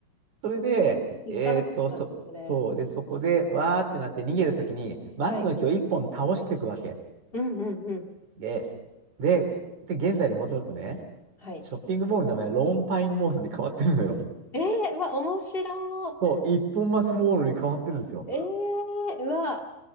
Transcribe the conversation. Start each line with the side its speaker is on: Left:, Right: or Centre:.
Right: それで、
Left: 気づかなかったです、
Right: えーっと、そ、
Left: これ。
Right: そう、で、そこでわーってなって逃げるときに、松の木を1本倒していくわけ。
Left: はい。うんうんうん。
Right: で、で、で、現在に戻るとね、
Left: はい。
Right: ショッピングモールの名前はローンパインモールに変わってるのよ。
Left: えー、うわ、面白
Right: そう、一本松モールに変わってるんですよ。
Left: い。えー、うわ、